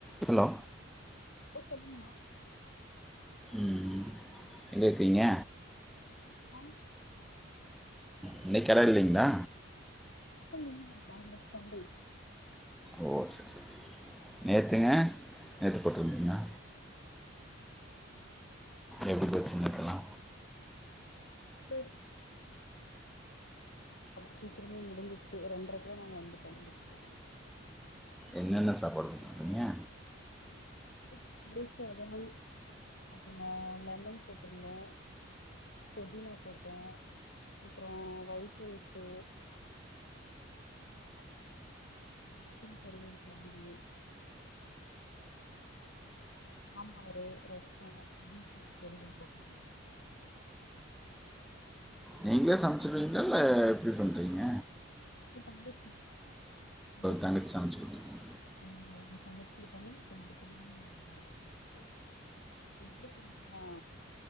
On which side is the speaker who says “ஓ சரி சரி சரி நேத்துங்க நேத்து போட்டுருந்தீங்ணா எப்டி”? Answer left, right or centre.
Centre